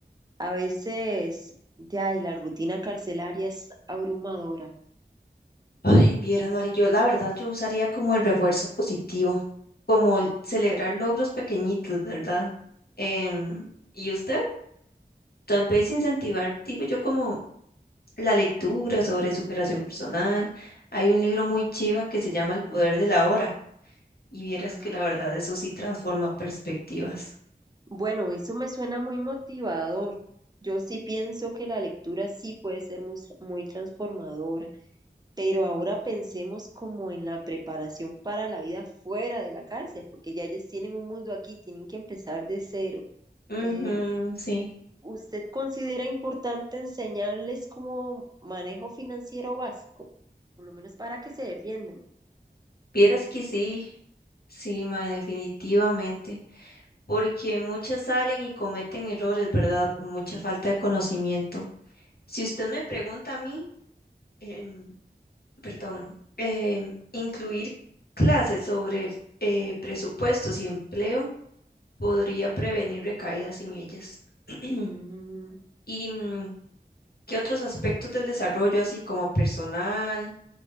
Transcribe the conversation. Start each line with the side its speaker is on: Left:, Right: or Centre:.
Right: A veces, ya, y la rutina carcelaria es abrumadora.
Left: Ay, vieras, Mari, yo la verdad yo usaría como el refuerzo positivo, como el celebrar logros pequeñitos, ¿verdad? Em,
Right: Ajá.
Left: ¿y usted? Tal vez incentivar, digo yo, como la lectura sobre superación personal. Hay un libro muy chiva que se llama El poder de la hora y vieras
Right: Ah,
Left: que la
Right: ok.
Left: verdad eso sí transforma perspectivas.
Right: Bueno, eso me suena muy motivador. Yo sí pienso que la lectura sí puede ser muy, muy transformadora, pero ahora pensemos como en la preparación para la vida fuera de la cárcel, porque ya ellos tienen un mundo aquí, tienen que empezar de cero.
Left: Ujú,
Right: Eh,
Left: sí,
Right: ¿usted considera importante enseñarles como manejo financiero básico, por lo menos para que se defiendan?
Left: vieras que sí, sí, mae, definitivamente, porque muchas salen y cometen errores, ¿verdad? Por mucha falta de conocimiento. Si usted me pregunta a mí, em, perdón, em, incluir clases sobre eh, presupuestos y empleo. podría prevenir recaídas en ellas. <clears throat>
Right: Mm,
Left: ¿Y mm, qué otros aspectos del desarrollo, así como personal,